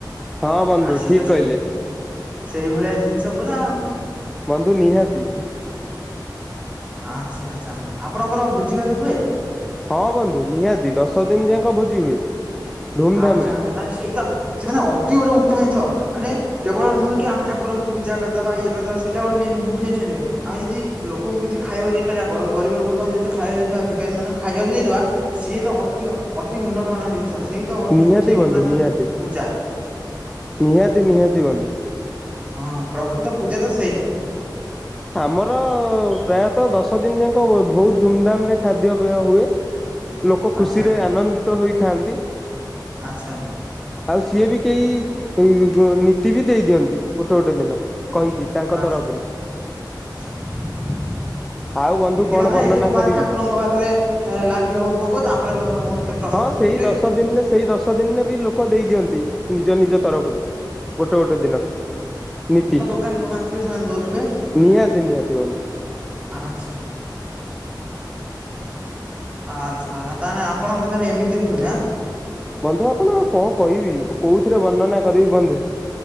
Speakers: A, in the centre; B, on the right.
A: ହଁ ବନ୍ଧୁ
B: ଆସି
A: ଠିକ
B: ତ ସେ
A: କହିଲେ।
B: ସେଇ ଭଳିଆ ଜିନିଷ ପୁରା ଆଉ
A: ବନ୍ଧୁ ନିହାତି।
B: ଆଚ୍ଛା ଆଚ୍ଛା ଆପଣଙ୍କର ଭୋଜି ଭାତ ହୁଏ।
A: ହଁ ବନ୍ଧୁ ନିହାତି ଦଶ ଦିନ ଯାକ ଭୋଜି ହୁଏ। ଧୁମଧାମ
B: ଆଚ୍ଛା
A: ରେ।
B: ଆଚ୍ଛା ତାେ ସିଏ ତ ସିଏ ମାନେ ଅତି ଗୋଟେ ଉତ୍ତମ ଜିନିଷ ମାନେ କେବଳ ନୁହେଁ କି ଆମେ ଠାକୁରଙ୍କୁୂ ପୂଜା କରିଦବା ଇଏ କରିଦବା ସେଟା ଗୋଟେ ମୁଖ୍ୟ ଜିନଷ ନୁହେଁ। ଆମେ ଯଦି ଲୋକଙ୍କୁ କିଛି ଖାଇବାକୁ ଦେଇପାରିବା ଗରିବ ଗୁରୁବଙ୍କୁ ଯଦି ଖାଇବାକୁ ଦେଇଦବା ବିକାରୀମାନାନଙ୍କୁ ଖାଇବାକୁ ଦେଇଦବା। ସିଏ ତ ଅତି ଅତି ଉନ୍ନତ ମାନ ଜିନିଷ ସେଇ ତ
A: ନିହାତି
B: ଠିକ୍
A: ବନ୍ଧୁ
B: ମାନେ
A: ନିହାତି
B: ପୂଜା।
A: ନିହାତି ନିହାତି ବନ୍ଧୁ।
B: ହଁ ପ୍ରକୃତ ପୂଜା ତ ସେଇ।
A: ଆମର ପ୍ରାୟତଃ ଦଶ ଦିନ ଯାକ ବହୁତ ଧୁମଧାମ ରେ ଖାଦ୍ୟପେୟ ହୁଏ।
B: <inaudible>
A: ଲୋକ
B: ଆଚ୍ଛା
A: ଖୁସିରେ ଆନନ୍ଦିତ ହେଇ ଖାଆନ୍ତି।
B: ଆଚ୍ଛା।
A: ଆଉ ସିଏ ବି କେହି ନୀତି ବି ଦେଇଦିଅନ୍ତି ଗୋଟେ ଗୋଟେ ଦିନ କହିକି। ତାଙ୍କ
B: ଆଚ୍ଛା
A: ତରଫରୁ।
B: ଆଚ୍ଛା <inaudible>
A: ଆଉ ବନ୍ଧୁ
B: ନୀତି
A: କଣ
B: ମାନେ
A: ବର୍ଣ୍ଣନା
B: ଏଇ ଯୋଉ ମାନେ
A: କରିବି?
B: ଠାକୁରଙ୍କ ପାଖରେ ଲାଗି ହବ ଭୋଗ ତାପରେ ସମସ୍ତେ ପ୍ରସାଦ
A: ହଁ
B: ପାଇବେ
A: ସେଇ
B: ନୁହେ
A: ଦଶ
B: କି।
A: ଦିନରେ ସେଇ ଦଶ ଦିନରେ ବି ଲୋକ ଦେଇ ଦିଅନ୍ତି ନିଜ ନିଜ ତରଫରୁ ଗୋଟେ ଗୋଟେ ଦିନ ନୀତି
B: କାଇଁ ଯୋଉମାନେ ଥିବେ ସେମାନେ ଦଉଥିବେ।
A: ନିହାତି ନିହାତି ବ
B: ଆଚ୍ଛା। ଆଚ୍ଛା ତାହେଲେ ଆପଣଙ୍କ ତାହେଲେ ଏମିତି ହୁଏ ଆ।
A: ବନ୍ଧୁ ଆପଣ କଣ କହିବି କୋଉଥିରେ ବର୍ଣ୍ଣନା କରିବି ବନ୍ଧୁ।